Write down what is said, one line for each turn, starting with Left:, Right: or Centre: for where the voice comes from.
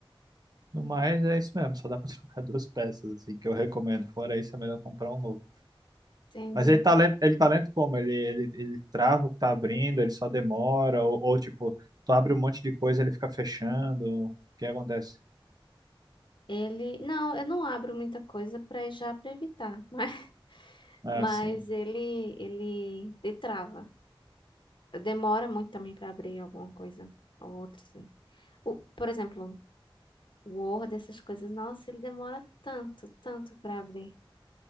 Right: no mais é isso mesmo, só dá pra <laughs> trocar duas peças, assim, que eu recomendo. Fora isso, é melhor comprar um novo.
Left: entendi.
Right: Mas ele tá lento, ele tá lento como? Ele, ele, ele trava o que tá abrindo, ele só demora, ou, ou tipo, tu abre um monte de coisa e ele fica fechando. O que acontece?
Left: Ele, não, eu não abro muita coisa para já para evitar, <laughs> mas,
Right: Ah,
Left: mas
Right: sim.
Left: ele, ele, ele trava. Demora muito também para abrir alguma coisa ou outra, assim. O, por exemplo, o Word, essas coisas, nossa, ele demora tanto, tanto para abrir.